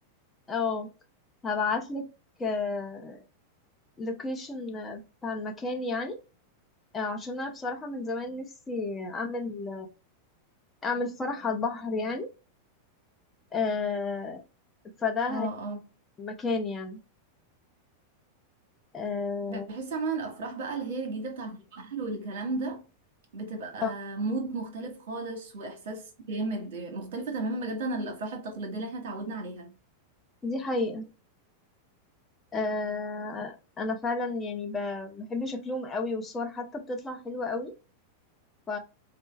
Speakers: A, on the left; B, on the right.
A: أو هبعتلك آه لوكيشن بتاع المكان يعني آه عشان أنا بصراحة من زمان نفسي أعمل أعمل فرح على البحر يعني آه فده
B: اه
A: هيبقى
B: اه
A: المكان يعني آه
B: بحس عموما الافراح بقى اللي هي الجديدة بتاعة البحر والكلام ده بتبقى
A: آه،
B: مود مختلف خالص واحساس جامد مختلفة تماما بجد عن الافراح التقليدية اللي احنا اتعودنا عليها
A: دي حقيقة آه انا فعلا يعني ب- بحب شكلهم قوي والصور حتى بتطلع حلوة قوي ف...